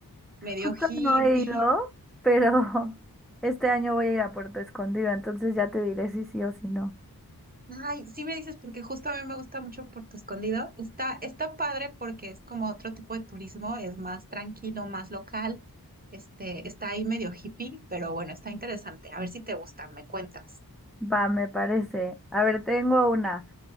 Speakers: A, on the right; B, in the centre.
A: medio
B: Justo
A: hippie.
B: no he ido, pero <laughs> este año voy a ir a Puerto Escondido, entonces ya te diré si sí o si no.
A: Ay, sí me dices, porque justo a mí me gusta mucho Puerto Escondido. Está, está padre porque es como otro tipo de turismo, es más tranquilo, más local. Este, está ahí medio hippie, pero bueno, está interesante. A ver si te gustan, me cuentas.
B: Va, me parece. A ver, tengo una.